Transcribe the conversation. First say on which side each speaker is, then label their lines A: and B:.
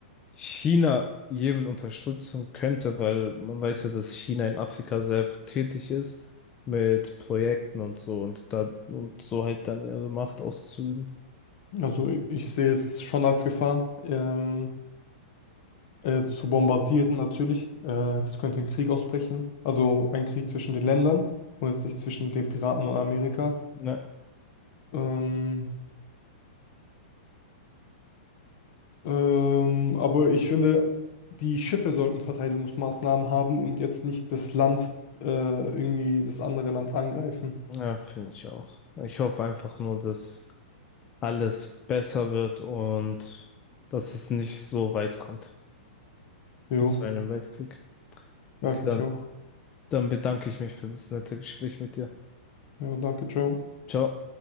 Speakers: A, on the left; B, on the left.
A: China Jemen unterstützen könnte, weil man weiß ja, dass China in Afrika sehr tätig ist mit Projekten und so und da und so halt dann ihre Macht auszuüben.
B: also ich sehe es schon als Gefahr, ähm, äh, zu bombardieren natürlich. Äh, es könnte ein Krieg ausbrechen, also ein Krieg zwischen den Ländern und jetzt nicht zwischen den Piraten und Amerika.
A: Ja,
B: Ähm, Ähm, aber ich finde, die Schiffe sollten Verteidigungsmaßnahmen haben und jetzt nicht das Land, äh, irgendwie das andere Land angreifen.
A: ja, finde ich auch. Ich hoffe einfach nur, dass alles besser wird und dass es nicht so weit kommt
B: Jo,
A: bis zu einem Weltkrieg. Okay,
B: ja, finde
A: dann,
B: ich auch.
A: dann bedanke ich mich für das nette Gespräch mit dir.
B: Ja, danke, ciao.
A: Ciao.